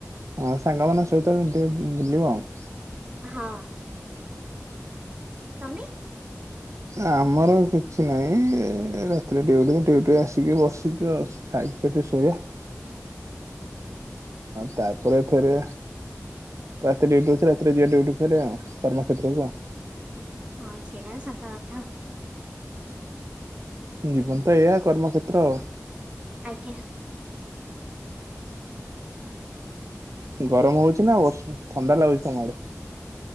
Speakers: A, on the right; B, on the right.
A: ହଁ ସାଙ୍ଗମାନଙ୍କ ସହିତ ଟିକେ ବୁଲିବ ଆଉ
B: ହଁ। ସାମି।
A: ଆମର କିଛି ନାହିଁ ରାତିରେ ଉଟି ଉଟି ଆସିକି ବସିଛୁ ଆଉ। ଖାଇକିପ ଶୋଇୟା। ତାପରେ ଫେରେ ରାତି ଡିଟି ଅଛି ରାତିରେ ଯି ଡିଉଟି ଫ ଆଉ କର୍ମକ୍ଷେତ୍ରକୁଉ
B: ହଁ ସେଛଡ଼ା ସତା ଅଛ
A: ଜୀବନ ତ ଏଇଆ କର୍ମକ୍ଷେତ୍ର ଆଉ
B: ଆଜ୍ଞା।
A: ଗରମ ହଉଛି ନା ବର୍ଷ ଥଣ୍ଡା ଲାଗୁଛି ତମ ଆଡ଼େ?